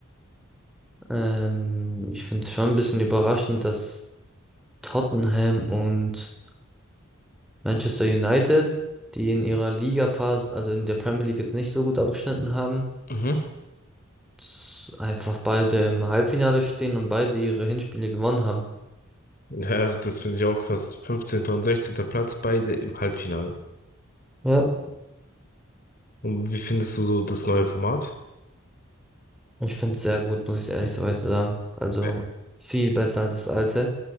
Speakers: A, in the centre; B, on the left.
A: Ähm, ich finde es schon ein bisschen überraschend, dass Tottenham und Manchester United, die in ihrer Ligaphase, also in der Premier League jetzt nicht so gut abgeschnitten haben,
B: Mhm.
A: s- einfach beide im Halbfinale stehen und beide ihre Hinspiele gewonnen haben.
B: Ja, das finde ich auch krass. fünfzehnter und sechzehnter Platz, beide im Halbfinale.
A: Ja,
B: Und wie findest du so das neue Format?
A: Ich finde es sehr gut, muss ich ehrlicherweise sagen. Also
B: Ja,
A: viel besser als das alte.